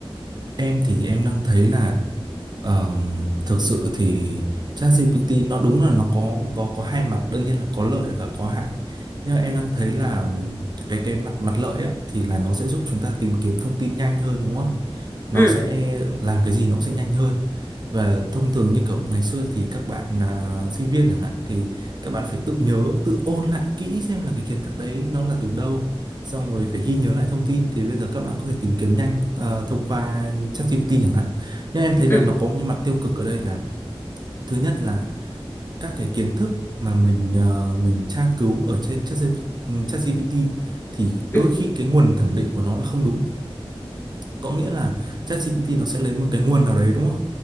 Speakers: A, on the right (about 45°); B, on the left (about 25°).
A: Em thì em đang thấy là ờm, thực sự thì ChatGPT nó đúng là nó có có có hai mặt đương nhiên là có lợi và có hại nhưng mà em đang thấy là ừm, cái cái mặt mặt lợi á thì là nó sẽ giúp chúng ta tìm kiếm thông tin nhanh hơn đúng không? Nó
B: ừ
A: sẽ làm cái gì nó sẽ nhanh hơn và thông thường như kiểu ngày xưa thì các bạn à, sinh viên chẳng hạn thì các bạn phải tự nhớ tự ôn lại kỹ xem là cái kiến thức đấy nó là từ đâu xong rồi phải ghi nhớ lại thông tin thì bây giờ các bạn có thể tìm kiếm nhanh ờ, thông qua ChatGPT chẳng hạn nhưng em thấy là
B: ừ
A: nó có những mặt tiêu cực ở đây là thứ nhất là các cái kiến thức mà mình ờ, mình tra cứu ở trên ChatGPT ChatGPT thì đôi
B: ừ
A: khi cái nguồn thẩm định của nó là không đúng có nghĩa là ChatGPT nó sẽ lấy một cái nguồn nào đấy đúng không